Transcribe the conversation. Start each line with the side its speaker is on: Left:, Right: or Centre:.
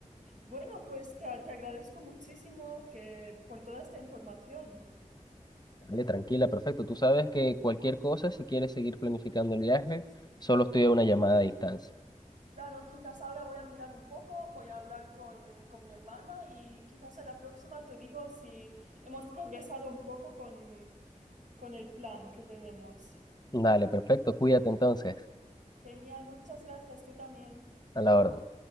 Right: Bueno, pues te, te agradezco muchísimo que, por toda esta información.
Left: Dale, tranquila, perfecto. Tú sabes que cualquier cosa, si quieres seguir planificando el viaje, solo estoy a una llamada de distancia.
Right: Claro, quizás ahora voy a mirar un poco, voy a hablar con, con mi hermana y quizás a la próxima te digo si hemos progresado un poco con, con el plan que tenemos.
Left: Dale, perfecto. Cuídate entonces.
Right: Genial, muchas gracias, tú también.
Left: A la orden.